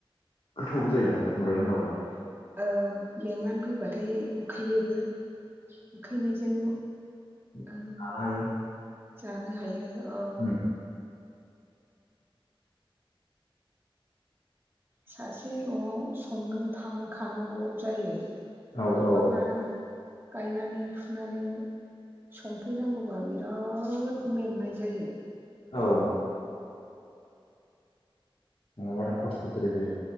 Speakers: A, on the left; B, on the right.
A: गोथावबो जायोना खुमब्राजों दाउजों।
B: औ मेंनानै फैबाथाय उखैयोबो। उखैनायजों
A: उम जानो
B: औ
A: हायो।
B: जानो हायो औ।
A: <unintelligible>
B: सासे न'आव संनो थालांखानांगौ जायो।
A: औ
B: नङाबा
A: औ
B: गायनानै फुनानै संफैनांगौबा बिराद मेंनाय जायो।
A: औ। नङाबा आरो खस्थ'द्रायबो।